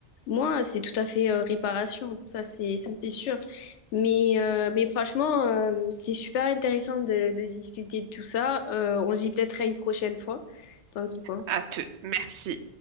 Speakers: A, on the left; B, on the right.
A: Moi, c'est tout à fait euh, réparation, ça c'est ça c'est sûr. Mais, euh, mais franchement, euh, c'était super intéressant de, de discuter de tout ça. Euh, on se dit peut-être à une prochaine fois. T'en dis quoi?
B: À te. Merci.